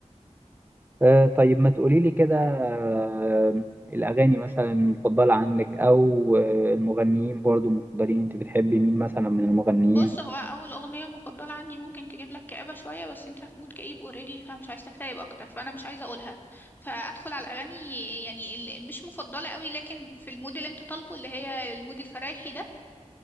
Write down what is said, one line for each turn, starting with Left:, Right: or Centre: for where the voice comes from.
Right: أه طيب ما تقولي لي كده أه الاغاني مثلا المفضله عندك او آه، المغنيين برضو المفضلين انت بتحبي مين مثلا من المغنيين
Left: بص هو أول أغنية مفضلة عندي ممكن تجيب لك كآبة شوية بس أنت في مود كئيب أوريدي فمش عايز تكتئب أكتر فأنا مش عايزة أقولها فأدخل على الأغاني يعني اللي مش مفضلة قوي لكن في المود اللي أنت طالبه اللي هي المود الفرايحي ده